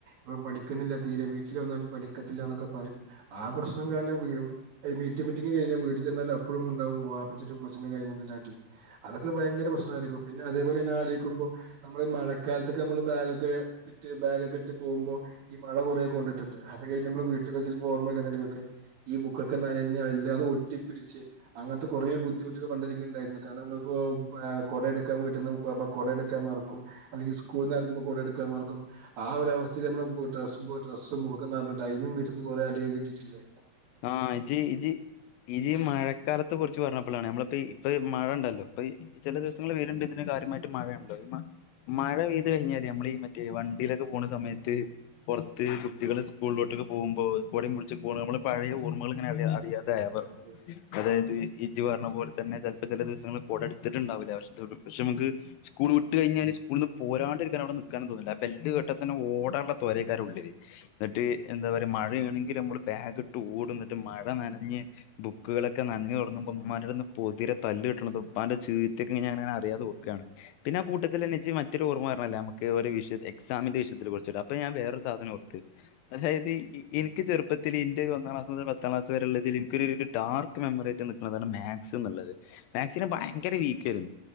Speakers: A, on the right; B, on the left.
A: ഇവൻ പഠിക്കുന്നില്ല തീരെ വ ും പഠിക്കത്തില്ല എന്നൊക്കെ പറയും ആ പ്രശ്നം കാരണം പി ടി എ മീറ്റിങ്ങ കഴിഞ്ഞൽ വീട്ടിൽ ചെന്നാലും അപ്പഴും ഉണ്ടാവും വാപ്പച്ചിയുടെയും ഉമ്മച്ചിയുടെയും കൈയിൽ നല്ല അടി അതൊക്കെ ഭയങ്കര പ്രശ്നംമായിരിക്കും പിന്നെ അതേപോലെന്നെ ആലോചിക്കുമ്പോ നമ്മൾഈ മഴക്കാല അതൊക്കെ നമ്മള് ബാഗൊക്കെ ഇട്ട് ബാഗ ഒക്കെ ഇട്ട് പോകുമ്പോ ഈ മഴ കുറേെ കൊണ്ടിട്ടുണ്ട് അത് കഴിഞ്ഞ നമ്മൾ വീട്ടിലൊക്കെ ചെോ ഓർമ്മമല്ല എനിക്കൊക്കെ ഈ ബുക്കൊക്കെ നനഞ്ഞ അല്ല അത് ഒട്ടിപ്പിടിച്ച് അങ്ങനത്തെ കുറേ ബുദ്ധിമുട്ടുകൾ പണ്ട് എനിക്ക് ഉണ്ടായിരുന്നു കാരണം നമ്മിപ്പോ കൊടയടുക്കൻ വീടിന് കൊട എടുക്കാൻ മറക്കും അല്ലെങ്കിൽ കൂ നൽുമോൾൂ മറക്കും ആ ഒരുവസ്ഥ നമ്മ ഡ്രസുംക്ക എന്ന്ഞ്ഞട്ട അതിന വീട്ടന്ന് കുറെ അടിിക കിട്ടിട്ടില്ലേ
B: ആഹ ഇജി ഇജി ഇഈജി മഴക്കാലത്തെ കുറിച്ച് പറഞ്ഞപ്പോഴാണ് നഞമ്മളപ്പോ ഇപ്പ മഴ ഉണ്ടല്ലോ ഇപ്പൊ ചില ദിവസങ്ങൾ വേരുണ്ട് ഇതിന്റെ കാര്യമായിട്ട് മഴയണല്ലോ ഈ മഴ പെയ്ത് കഴിഞ്ഞാല്േ നമ്മൾ ഈ മറ്റേ വണ്ടിയിലൊക്കെ പോുന്ന സമയത്ത് പുറത്ത് കുട്ടികള് സ്കൂളിലോട്ടൊക്കെ പോകുമ്പ കൊടയും പിടിച്ചു പോകുമ്പോ പഴയ ഓർക ഇങ്ങനെ അറിയ ഇതായവർക്കും
A: അതെ അതെ
B: അതായത് ഇജി പറഞ്ഞ പോലെ തന്നെ ചിലപ്പോ ചില ദിവസങ്ങൾ കുട എടുത്തിട്ടുണ്ടാവില്ല പക്ഷ പക്ഷെ നമുക്ക് സ്കൂൾ വിട്ട് കഴിഞ്ഞാല് സ്കൂള നിന്ന് പോരാണ്ട് ഇരിക്കാൻ അവിടെ നിക്കക്കാനും തോന്നില്ല ബെല്െട്ടാ തന്നെ ഓടാനള്ള തോരക്കാരർ ഉള്ളില് എന്നിട്ട് എന്താ പറയയാ മഴയാണെങ്കിൽ നമ്മള് ബാഗ് കൂടുന്നിട്ട് മഴ നനഞ്ഞ് ബുക്കുകളൊക്കെ നഞ്ഞ് തുടങ്ങുമ്പോ ഉമ്മാടെന്ന് പൊതിര തല്ല് കിട്ടണതും അപ്പ എന്റെ ചീവിത്തിൊക്കെ ാഞങ്ങന അറിയാത കൊർക്കുകാണ് പിന്നെ കൂട്ടൽ എെ മറ്റൊ ഓർമ്മ പറണല്ല നമക്ക് വിഷയ എക്സാമിന്റെ വിഷയത്തിൽ കുറിച്ച അപ്പൊഞാൻ വേറൊരു സാധനം കൊടുത്ത് അതായത് എനിക്ക് ചെറുപ്പത്തിൽ ഇന്റെ പന്നാം ക്ലസ് മുതൽ പത്താംക്ലാസ് വരെെയള്ള ഇതിൽനിക്കൊ ഒരു ഡാർക്ക് മെമ്മറി ആയിട്ട് നിക്കുന്നതാണ് മാക്സ് എന്നുള്ളത് മാത്‍സ് ഭയങ്കര വീക്ക് ആയിരുന്നു